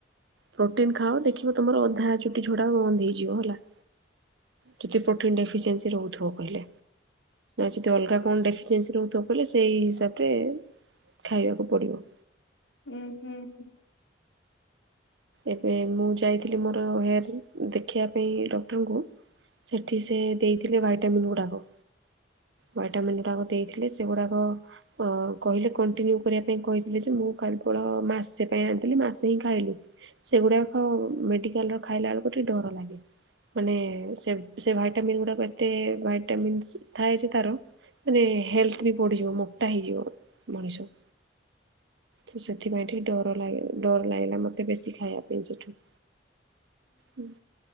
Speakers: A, on the right; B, on the left.
A: ପ୍ରୋଟିନ୍ ଖାଅ ଦେଖିବ ତମର ଅଧା ଚୁଟି ଝଡ଼ା ବନ୍ଦ୍ ହେଇଯିବ ହେଲା। ଯଦି ପ୍ରୋଟିନ ଡେଫିସିଏନ୍ସି ରୋହୁଥିବ କହିଲେ ଯଦି ଅଲଗା କଣ ଡେଫି ସିଏନ୍ସୀ ରହୁଥିବ କଲେ ସେଇ ହିସାବ ରେ ଖାଇବାକୁ ପଡ଼ିବ।
B: ହୁଁ ହୁଁ ହୁ।
A: ଏବେ ମୁଁ ଯାଇଥିଲି ମୋର ହେୟାରିଂ ଦେଖେଇବା ପାଇଁ ଡକ୍ଟରଙ୍କୁ ସେଠି ସେ ଦେଇଥିଲେ ଭାଇଟାମିନ୍ ଗୁଡ଼ାକ। ଭାଇଟାମିନ୍ ଗୁଡ଼ାକ ଦେଇଥିଲି ସେଗୁଡ଼ାକ ଅ କହିଲେ କଣ୍ଟିନ୍ୟୁ କରିବା ପାଇଁ କହିଥିଲେ ଯେ ମୁଁ କେବଳ ମାସେ ପାଇଁ ଆଣିଥିଲି ମାସେ ହିଁ ଖାଇଲି। ସେଗୁଡ଼ାକ ମେଡ଼ିକାଲ ର ଖାଇଲା ବେଳକୁ ଟିକେ ଡ଼ର ଲାଗେ। ମାନେ ସେ ସେ ଭାଇଟାମିନ୍ ଗୁଡ଼ାକ ଏତେ ଭାଇଟାମିନ୍ସ ଥାଏ ଜେ ତାର ମାନେ ହେଲ୍ଥ ବି ବଢ଼ିଯିବ ମୋଟା ହେଇଯିବ ମଣିଷ। ତ ସେଥିପାଇଁ ଟିକେ ଡର ଲାଗେ ଡର ଲାଗିଲା ମତେ ବେଶୀ ଖାଇବା ପାଇଁ ସେଠୁ। ହୁ